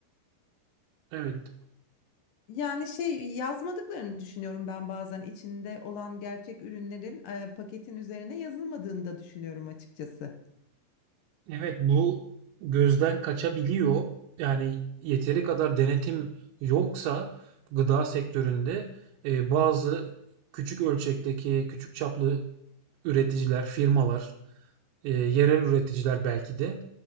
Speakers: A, on the right (about 85°); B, on the left (about 65°).
A: evet
B: Yani şey yazmadıklarını düşünüyorum ben bazen içinde olan gerçek ürünlerin e, paketin üzerine yazılmadığını da düşünüyorum açıkçası.
A: Evet bu gözden kaçabiliyor. Yani yeteri kadar denetim yoksa gıda sektöründe e, bazı küçük ölçekteki küçük çaplı üreticiler, firmalar, e, yerel üreticiler belki de